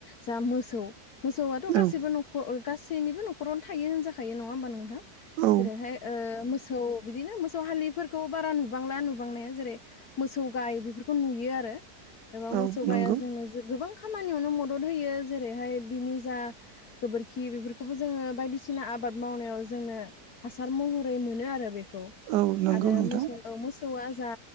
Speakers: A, on the left; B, on the right.
A: जा मोसौ मोसौआथ' गासैबो
B: औ
A: नख गासैनिबो न'खरावनो थायो होनजाखायो नङा। नङा होमबा नोंथां
B: औ
A: मोसौ बिदिनो मोसौ हालिफोरखौ बारा नुबांला नुबांनाया जेरै मोसौ गाय बेफोरखौ नुयो आरो। एबा
B: औ
A: मोसौ
B: नंगौ
A: गाया जोंनो गोबां खामानियावनो मदद होयो जेरैहाय बिनि जा गोबोरखि बेफोरखौबो जोङो बायदिसिना बायदिसिना आबाद मावनायाव जोंनो हासार महरै मोनो आरो बेखौ
B: औ नंगौ
A: आरो
B: नोंथां
A: फिसौआ जा